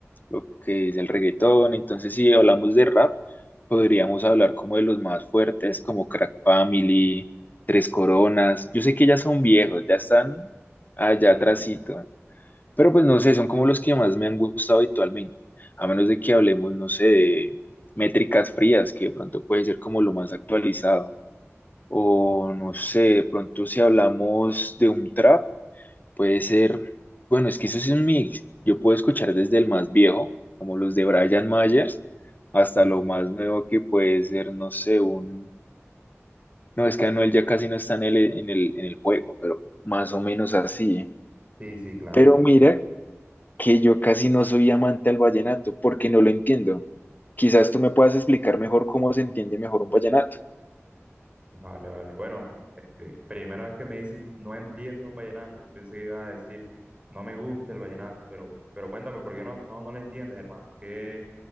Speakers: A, on the left; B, on the right.
A: lo que es el reggaetón. Entonces, si hablamos de rap, podríamos hablar como de los más fuertes, como Crack Family, Tres Coronas. Yo sé que ya son viejos, ya están allá
B: Sí,
A: atrásito. Pero pues no sé, son como los que más me han gustado habitualmente, a menos de que hablemos, no sé, de métricas frías, que de pronto puede ser como lo más actualizado, o no sé, de pronto si hablamos de un trap, puede ser, bueno, es que eso sí es un mix, yo puedo escuchar desde el más viejo, como los de Brian Myers, hasta
B: sí,
A: lo más nuevo que puede ser, no sé, un, no, es que Anuel ya casi no está en el, en el, en el juego, pero más o menos así, ¿eh?
B: sí, sí, claro,
A: Pero
B: te entiendo.
A: mira que yo casi no soy amante al vallenato porque no lo entiendo. Quizás tú me puedas explicar mejor cómo se entiende mejor un vallenato.
B: Vale, vale. Bueno, este, primera vez que me dicen no entiendo un vallenato. Pensé que iba a decir no me gusta el vallenato, pero, pero cuéntame, ¿por qué no, no, no lo entiendes, hermano? ¿Qué,